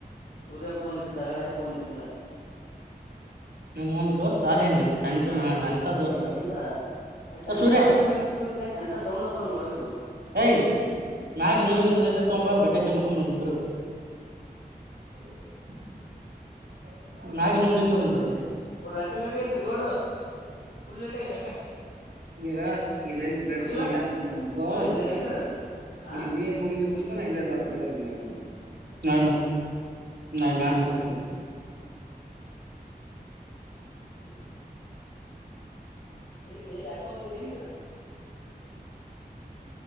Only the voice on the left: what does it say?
ಸೂರ್ಯ ಫೋನ್ ಹಚ್ಚಿದಿ ಆಗಳೆ ಫೋನ್ ಎತ್ತಿಲ್ಲ
ಏ ಇಲ್ಲ <unintelligible>
ಗೋಡ್ರ ಯಾಕ ಲೇಟ ಆಗೇತ್ರಿ ಗೌಡ್ರ ಇವತ್ತ ಫುಲ್ ಲೇಟ ಆಗೇತಿ ಯಾಕ
ಹೋಗಿಲ್ಲ
ಮುಕೊಂದ
ಎಲ್ಲಾರ ಹ
ಏನು ಮತ್ತೆ ಎಲ್ಲಿ ಎಲ್ಲಿ ಅಕ್ಸ ಬಂದಿಯಲ್ಲ ಎಲ್ಲೈತದು